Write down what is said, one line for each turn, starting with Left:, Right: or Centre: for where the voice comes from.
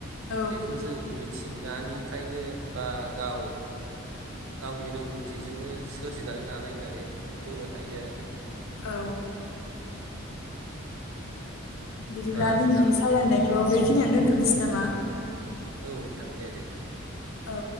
Left: औ
Right: बेखौ जों मिथि थिंगानिफ्रायनो बा गाव गावनि रोंगौथिजोंनो सोरजिनानै लानाय होननानै बुंनो हायो आरो।
Left: औ।
Right: होमबा
Left: बिदिब्ला
Right: नोंथां
Left: दिनैनि सावरायनायखौ बे। खिनियावनो दोन्थ'नोसै नामा।
Right: औ नोंथां दे दे।
Left: औ।